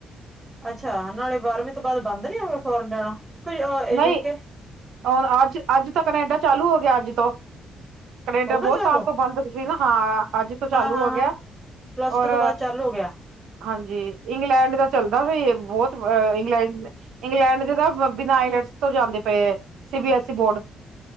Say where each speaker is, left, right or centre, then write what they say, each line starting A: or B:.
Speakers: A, on the right; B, on the right.
A: ਅੱਛਾ ਨਾਲੇ ਬਾਰਵੀਂ ਤੋਂ ਬਾਅਦ ਬੰਦ ਨਹੀਂ ਹੋ ਗਏ ਫੋਰਨ ਜਾਣਾ ਕੁਝ ਅਹ ਯੂਕੇ?
B: ਨਹੀਂ ਹੁਣ ਅੱਜ ਅੱਜ ਤਾਂ ਕਨੇਡਾ ਚਾਲੂ ਹੋ ਗਿਆ, ਅੱਜ ਤੋਂ ਕਨੇਡਾ
A: ਹੋ ਗਿਆ
B: ਬਹੁਤ
A: ਚਾਲੂ
B: ਸਾਲ ਤੋਂ ਬੰਦ ਹਾਂ, ਅੱਜ ਤੋਂ ਚਾਲੂ
A: ਹਾਂ-ਹਾਂ-ਹਾਂ
B: ਹੋ ਗਿਆ
A: ਪਲੱਸ
B: ਔਰ
A: ਟੂ ਤੋਂ ਬਾਅਦ ਚਾਲੂ ਹੋ ਗਿਆ
B: ਹਾਂਜੀ, ਇੰਗਲੈਂਡ ਦਾ ਚੱਲਦਾ ਵੀ ਬਹੁਤ ਇੰਗਲੈਂਡ ਇੰਗਲੈਂਡ ਦੇ ਤਾਂ ਬਿਨਾਂ ਆਈਲੈਟਸ ਤੋਂ ਜਾਂਦੇ ਪਏ C B S E board.